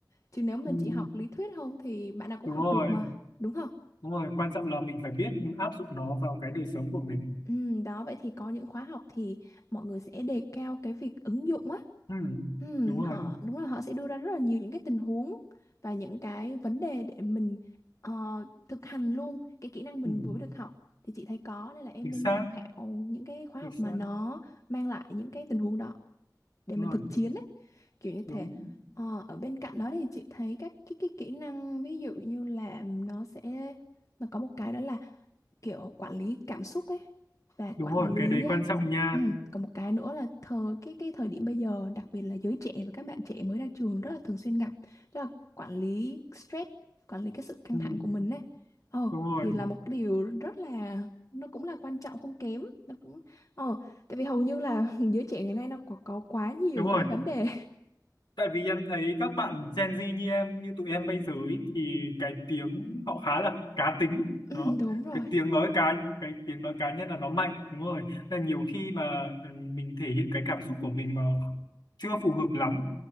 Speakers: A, on the left; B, on the left.
A: Chứ nếu mình
B: ừ.
A: chỉ học lý thuyết không thì bạn nào cũng
B: đúng
A: học
B: rồi
A: được mà, đúng không?
B: đúng rồi quan trọng là mình phải biết áp dụng nó vào cái đời sống của mình
A: Ừ, đó vậy thì có những khóa học thì mọi người sẽ đề cao cái việc ứng dụng á.
B: ừ.
A: Ừ,
B: đúng rồi
A: họ đúng là họ sẽ đưa ra rất là nhiều những cái tình huống và những cái vấn đề để mình ờ, thực hành luôn cái kỹ năng mình
B: ừ.
A: vừa được học thì chị thấy có nên là em
B: chính
A: nên
B: xác
A: tham khảo những cái khóa
B: chính
A: học mà
B: xác
A: nó mang lại những cái tình huống đó. để
B: đúng
A: mình
B: rồi
A: thực chiến ấy kiểu như
B: đúng
A: thế Ờ, ở bên cạnh đó thì chị thấy các cái cái kỹ năng ví dụ như là nó sẽ nó có một cái đó là kiểu quản lý cảm xúc ấy và quản
B: đúng rồi
A: lý
B: cái đấy
A: á,
B: quan trọng nha
A: ừ, còn một cái nữa là thời cái cái thời điểm bây giờ đặc biệt là giới trẻ và các bạn trẻ mới ra trường rất là thường xuyên gặp đó là quản lý stress quản lý cái sự căng
B: ừ.
A: thẳng của mình ấy ờ
B: đúng rồi
A: thì là một cái điều rất là nó cũng là quan trọng không kém nó cũng ờ tại vì hầu như là <laughs> giới trẻ ngày nay nó có, có quá nhiều
B: đúng
A: những
B: rồi
A: cái vấn đề
B: tại vì em thấy các bạn Gen Z như em như tụi em bây giờ ý, thì cái tiếng họ khá là cá tính
A: Ừ,
B: đó
A: đúng rồi
B: cái tiếng nói cá cái tiếng nói cá nhân là nó mạnh đúng rồi Nên là nhiều khi mà ừ, mình thể hiện cái cảm xúc của mình mà chưa phù hợp lắm